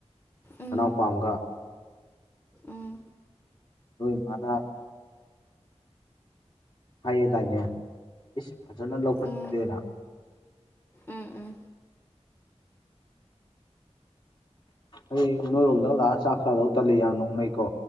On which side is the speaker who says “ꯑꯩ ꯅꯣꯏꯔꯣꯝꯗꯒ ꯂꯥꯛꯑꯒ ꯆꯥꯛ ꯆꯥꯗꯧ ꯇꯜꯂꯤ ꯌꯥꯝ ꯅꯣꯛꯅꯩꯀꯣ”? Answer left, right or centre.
Left